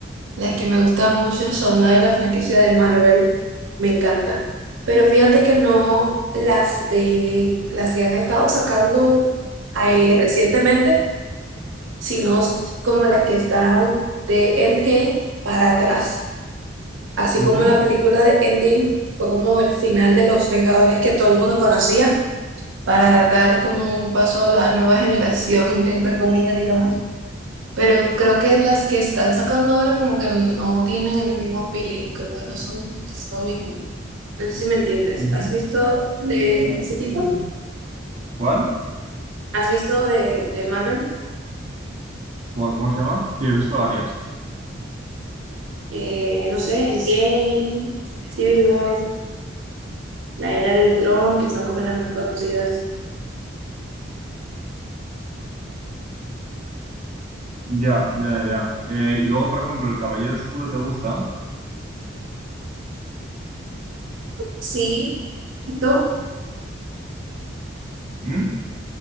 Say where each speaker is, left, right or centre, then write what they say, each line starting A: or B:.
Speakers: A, on the right; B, on the right.
A: Las que me gustan mucho son las de la franquicia de Marvel, me encantan. Pero fíjate que no las de las que han estado sacando ahí recientemente, sino como las que están de Endgame para atrás. Así
B: Ujú,
A: como la película de Endgame fue como el final de Los Vengadores que todo el mundo conocía, para dar como un paso a la nueva generación, entre comillas, digamos. Pero creo que las que están sacando ahora como que no tienen el mismo feeling, como que no son es lo mismo. No sé si me entiendes.
B: ujú.
A: ¿Has visto de ese tipo?
B: ¿Cuál?
A: ¿Has visto de, de Marvel?
B: ¿Cuál? ¿Cómo se llama? Sí, he visto varias.
A: Eh, no sé, Endgame, Civil War, la era de Tron, que son como las más conocidas.
B: Ya, ya, ya. Eh, y luego, por ejemplo, El Caballero Oscuro, ¿te gusta?
A: Sí. ¿Y tú?
B: ¿Mm?